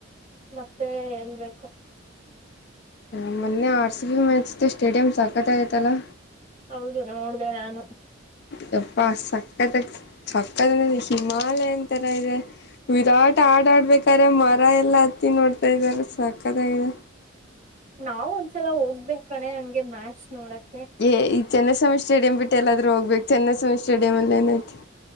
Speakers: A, on the right (about 35°); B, on the left (about 55°).
A: ಮತ್ತೇ ಹೇಳ್ಬೇಕು.
B: ಆ ಮೊನ್ನೆ ಆರ್ ಸಿ ಬಿ ಮ್ಯಾಚ್ದು ಸ್ಟೇಡಿಯಂ ಸಕತ್ ಆಗ್ ಅಯ್ತಲ್ಲಾ?
A: ಹೌದು ನೋಡ್ದೆ ನಾನು.
B: ಯಪ್ಪಾ ಸಕ್ಕತ್ತಾಗ್ ಸಕ್ಕತ್ತಾಗಿದೆ ಹಿಮಾಲಯನ್ ತರ ಇದೆ. ವಿರಾಟ್ ಹಾಡ್ ಆಡ್ಬೇಕ್ ಕರೆ ಮರ ಎಲ್ಲಾ ಹತ್ತಿ ನೋಡ್ತಾ ಇದಾರೆ. ಸಕ್ಕತ್ತಾಗಿದೆ.
A: ನಾವು ಒಂದ್ಸಲ ಹೋಗ್ಬೇಕ್ ಕಣೆ ಹಂಗೆ ಮ್ಯಾಚ್ ನೋಡಕ್
B: <unintelligible> ಚನ್ನಸ್ವಾಮಿ ಸ್ಟೇಡಿಯಂ ಬಿಟ್ ಎಲ್ಲಾದ್ರೂ ಹೋಗ್ಬೇಕ್ ಚನ್ನಸ್ವಾಮಿ ಸ್ಟೇಡಿಯಂ ಅಲ್ ಏನೈತಿ?